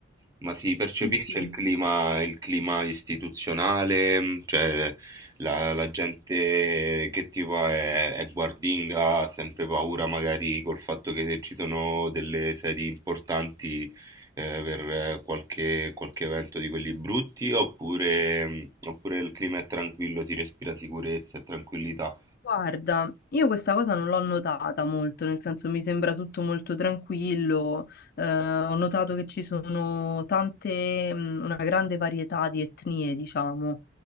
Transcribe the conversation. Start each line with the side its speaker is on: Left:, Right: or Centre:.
Right: ma si percepisce
Left: sì, sì.
Right: il clima, il clima istituzionale, mh, cioè la, la gente che tipo è, è guardinga ha sempre paura magari col fatto che ci sono delle sedi importanti eh, per eh, qualche, qualche evento di quelli brutti oppure, mh, oppure il clima è tranquillo, si respira sicurezza e tranquillità.
Left: Guarda, io questa cosa non l'ho notata molto, nel senso mi sembra tutto molto tranquillo, eh, ho notato che ci sono tante, mh, una grande varietà di etnie, diciamo,